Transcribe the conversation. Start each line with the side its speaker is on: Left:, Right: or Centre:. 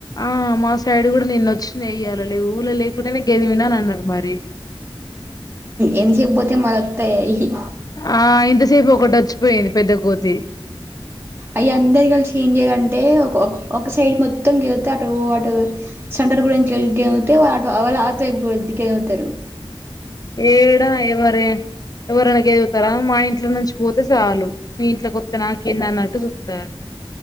Left: ఆ మాస్ సైడ్ కూడా నిన్న వచ్చినాయ్, ఈయాల లేవు ఊర్లో లేకుండా నే గేదె పిండాలన్నారు మరి.
Right: ఏం చేయకపోతే మల్లొత్తయి అవి
Left: ఆ ఇంతసేపు ఒకటి వచ్చిపోయింది పెద్ద కోతి
Right: అవి అందరు కలిసి ఏం చేయాలంటే ఒక ఒక సైడ్ మొత్తం కెళితే అటు సైడ్ అందరుగురించి <unintelligible> ఇంటికి వెళితే వాళ్ళ ఆటో ఏమవుతారు.
Left: ఏడా ఎవరే ఎవరైనా గేలుగుతారా మా ఇంట్లో నుంచి పోతే చాలు మీ ఇంట్లో కొత్త నాకేంది అన్నట్టు చూస్తారు.